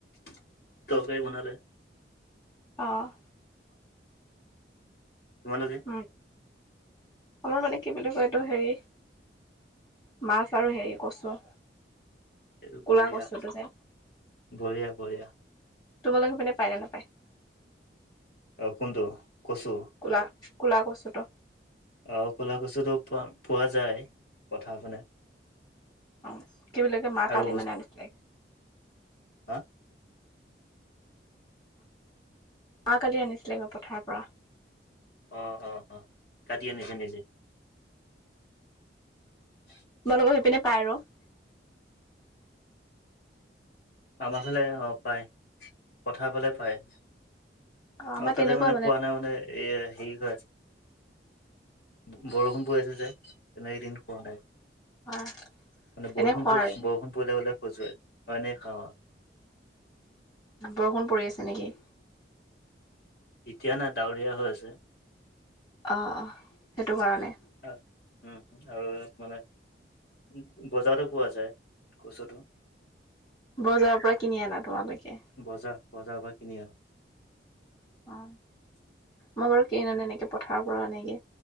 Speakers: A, on the left; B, on the left.
A: তৰকাৰী বনালে।
B: অ'।
A: তোমালোকে?
B: উম, আমাৰ মানে কি বুলি কয় এইটো হেৰি মাছ আৰু হেৰি কচু।
A: এইটো বঢ়িয়া
B: কলা কচুটো যে,
A: বঢ়িয়া বঢ়িয়া
B: তোমালোকৰ পিনে পাই নে নাপায়?
A: অ' কোনটো কচু?
B: কলা কলা কচুটো
A: অ কলা কচুটো পোৱা পোৱা যায় পথাৰ পিনে।
B: অ' কি বুলি কয় মা
A: আৰু
B: কালি মানে আনিছিলে।
A: হা
B: মা কালি আনিছিলে গৈ পথাৰৰ পৰা।
A: অ' অ', কাটি আনিছে নিজে? <inaudible>
B: ব লগ সেই পিনে পাই ৰ
A: আমাৰ ফালে অ পায় পথাৰ ফালে পায়।
B: অ আমাৰ
A: আৰু তাতে
B: তেনেকুৱা
A: মানে খোৱা নাই মানে এ সেই হয় আছ বু বৰষুণ পৰি আছে যে তেনেই দিনটো পোৱা নাই।
B: হয়
A: মানে বৰষুণ
B: এনে খোৱা
A: পছ
B: আৰু
A: বৰষুণ পৰিলে গলে খজুৱাই হয় এনে খাওঁ অ
B: বৰষুণ পৰি আছে নেকি?
A: এতিয়া না ডাৱৰীয়া হৈ আছে।
B: অ অ সেইটো কাৰণে।
A: আহ উম আৰুৱে মানে উত বজাৰো পোৱা যায় কচুটো।
B: বজাৰৰ পৰা কিনি আনা তোমালোকে?
A: বজাৰ বজাৰ পৰা কিনি আনো। <inaudible>
B: অ মই বাৰু কেই নানেনে এনেকে পথাৰৰ পৰা আনেগে।